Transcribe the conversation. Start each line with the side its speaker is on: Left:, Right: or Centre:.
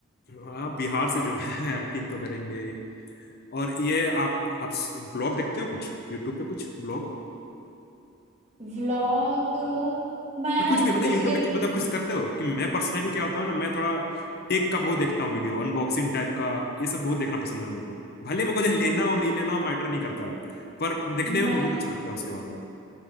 Left: हाँ बिहार से जो है <laughs> एक्टिंग तो करेंगे ही और ये आप आप ब्लॉग देखते हो कुछ यूट्यूब पे कुछ ब्लॉग
Right: व्लॉग मैं
Left: या कुछ भी मतलब
Right: बेसिकली
Left: यूट्यूब पे कि- मतलब कुछ करते हो कि मैं पर्सनली क्या होता हूँ ना मैं थोड़ा टेक का बहुत देखता हूँ वीडियो अनबॉक्सिंग टाइप का ये सब बहुत देखना पसंद है मेरे को भले मेरे को जो लेना हो नहीं लेना हो मैटर नहीं करता है पर देखने में
Right: मैं
Left: बहुत अच्छा लगता है उसके बारे में